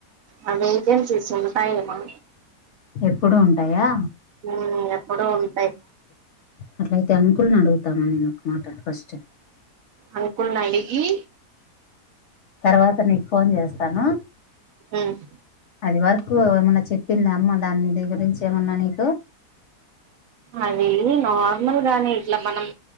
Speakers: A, on the right (about 65°); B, on the left (about 60°).
A: ఆ వేకెన్నీస్ ఉంటాయెమో
B: ఎప్పుడు ఉంటాయా
A: ఉ ఎక్కడో ఉంటాయ్.
B: అట్లయితే అంకుల్ని అడుగుతామని నేను ఒక మాట ఫస్ట్.
A: అంకుల్ని అడిగి
B: తర్వాత నీకు ఫోన్ జేస్తాను.
A: ఉహ్
B: ఈ వరకు ఏమన్నా చెప్పిందా అమ్మ దాని ది గురించి ఏమన్నా నీకు.
A: అది నార్మల్ గానే ఇట్లా మనం